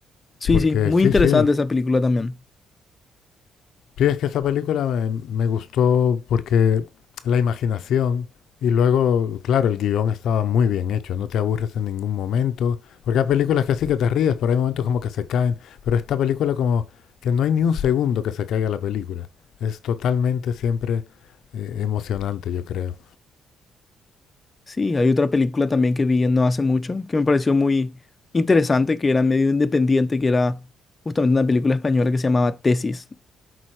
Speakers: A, on the left; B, on the left.
A: Sí,
B: Porque
A: sí, muy
B: sí,
A: interesante
B: sí.
A: esa película también.
B: Sí, es que esa película me, me gustó porque la imaginación y luego, claro, el guión estaba muy bien hecho, no te aburres en ningún momento, porque hay películas que sí que te ríes, pero hay momentos como que se caen, pero esta película como que no hay ni un segundo que se caiga la película, es totalmente siempre eh, emocionante, yo creo.
A: Sí, hay otra película también que vi no hace mucho que me pareció muy interesante, que era medio independiente, que era justamente una película española que se llamaba Tesis.